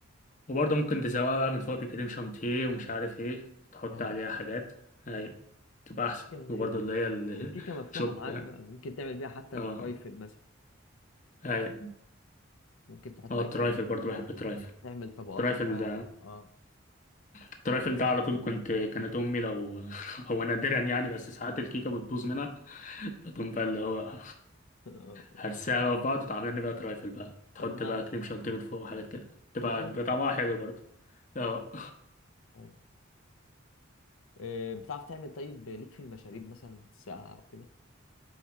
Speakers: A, on the left; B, on the left.
A: وبرضه ممكن تسويها بقى من فوق بكريم شانتيه ومش عارف ايه تحط
B: ايوه
A: عليها حاجات اي تبقى احسن
B: ممكن
A: وبرضه
B: ال-
A: اللي هي
B: الكيكة مفتوحة
A: الشوب
B: معاك بقى ممكن تعمل بيها حتى
A: اه
B: ترايفل مثلا
A: اي
B: ممكن تحط
A: اه
B: أجزاء
A: الترايفل برضه بحب الترايفل
B: تعمل طبقات
A: الترايفل
B: كده اه
A: التريفل ده على طول كنت كانت امي لو <laughs> هو نادرا يعني بس ساعات الكيكه بتبوظ منها فتقوم بقى اللي هو
B: <laughs>
A: هرسها بقى في بعض وتعمل لنا بقى تريفل بقى تحط
B: طب ما
A: بقى كريم شانتيه من فوق وحاجات كده تبقى
B: بتنفع
A: بيبقى طعمها حلو برضه اه
B: آه. آه، بتعرف تعمل طيب ليك في المشاريب مثلا ساقعة أو كده